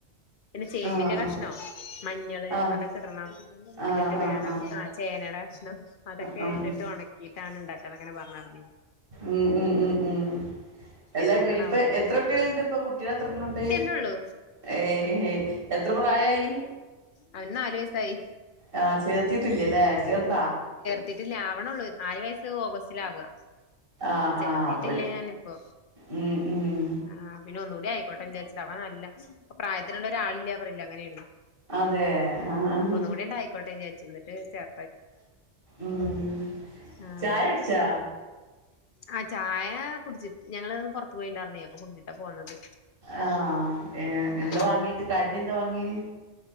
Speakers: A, on the left; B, on the right.
A: പിന്നെ ചേമ്പിൻന്റെ
B: ആഹ് ആഹ്
A: ക മഞ്ഞള്
B: ആഹ്
A: അതൊക്കെ ഇടണം
B: ആഹ്
A: ഇട്ടിട്ട് വേണം
B: ആഹ് ആഹ് ആഹ്
A: ആ ചേനയുടെ കഷ്ണം അതൊക്കെയി
B: ആഹ്
A: ഇട്ട് ഉണക്കിയിട്ടാണ് ഉണ്ടാക്കാ അങ്ങനെ പറ--ഞ്ടന്നി
B: ഉം ഉം ഉം ഉം എല്ലാ
A: എന്തിനാണാവോ
B: ഇപ്പൊ
A: ഓല്
B: എത്ര കുട്ടികളുണ്ട് ഇപ്പ കുട്ടികൾ എത്രണ്ണംണ്ട്
A: ത്രള്ളൂ
B: ഏ എത്ര പ്രായായി
A: അവന് നാല് വയസ്സായി
B: ആ ചേർത്തി ട്ടില്ലല്ലേ ചേർത്താ
A: ത്തിട്ടില്ല ആവണള്ളൂ നാല് വയസ്സ് ഓഗസ്റ്റിലാവ
B: ആഹ്
A: ചേർത്തിട്ടില്ല
B: ആഹ് അപ്പൊ
A: ഞാനിപ്പോ
B: ഉം ഉം
A: ആഹ് പിന്നെ ഒന്നുകൂടി ആയിക്കോട്ടെ വിചാരിച്ചിട്ട് അവ നല്ല പ്രായത്തിനുള്ള ഒരാളില്ല പറയില്ല അങ്ങനെണ്
B: അതെ ആഹ്
A: അപ്പൊ ഒന്ന കൂടി ഉണ്ട ആായിക്കോട്ടെ വിചാർച്ച് ങ്ങട്ട് ചേർ
B: ഉം
A: ആഹ്
B: ചായ ടിച്ചോ
A: ആ ചായ കുടിച്ചിട്ട് ഞങ്ങള് പുറത്ത് പോയിണ്ടായിരുന്നേ അപ്പൊ കുടിച്ചിട്ടാ പോന്നത്
B: ആഹ് ഏ എന്താ
A: ആഹ്
B: വാങ്ങിക്ക കടി എന്താ വാങ്ങെ